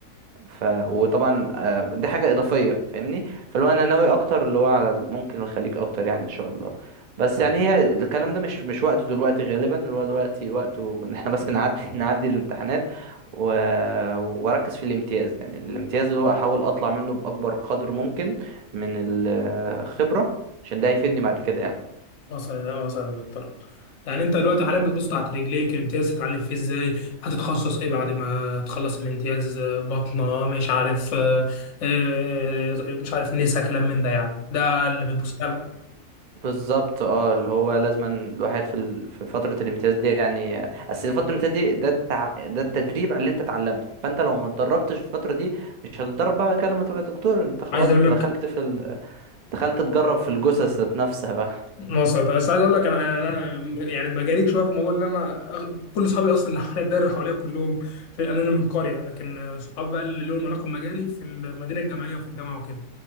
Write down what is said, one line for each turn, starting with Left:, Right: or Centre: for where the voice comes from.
Right: ف وطبعا آه، دي حاجة إضافية فاهمني فاللي هو أنا ناوي أكتر اللي هو على ال- ممكن الخليج أكتر يعني إن شاء الله بس يعني هي الكلام ده مش مش وقته دلوقتي غالبا اللي هو دلوقتي وقته إن إحنا بس نعدي <laughs> نعدي الامتحانات و... وأركز في الامتياز يعني الامتياز اللي هو أحاول أطلع منه بأكبر قدر ممكن من الخبرة عشان ده هيفيدني بعد كده يعني
Left: وصل وصل يا دكتور يعني انت دلوقتي حاليا بتبص تحت رجليك الامتياز تتعلم فيه ازاي هتتخصص ايه بعد ما تخلص الامتياز آه، بطنه مش عارف آه، آه، مش عارف نسا كلام من ده يعني ده اللي بتبص له
Right: بالظبط اه اللي هو لازما الواحد في ال- في فترة الامتياز دي يعني اصل فترة الامتياز دي ده التع... ده التدريب على اللي انت اتعلمته فانت لو ما اتدربتش في الفترة دي مش هتتدرب بقى كده لما تبقى دكتور انت خلاص
Left: عايز اقول
Right: انت
Left: لك
Right: دخلت في ال... دخلت تجرب في الجثث ذات نفسها بقى
Left: مصر طب بس عايز اقول لك انا انا يعني بجاريك شويه في الموضوع اللي انا أغ- كل اصحابي اصلا اللي حواليا الدايره اللي حواليا كلهم في انا من قريه لكن آه، صحابي بقى اللي لهم علاقه بمجالي في المدينه الجامعيه وفي الجامعه وكده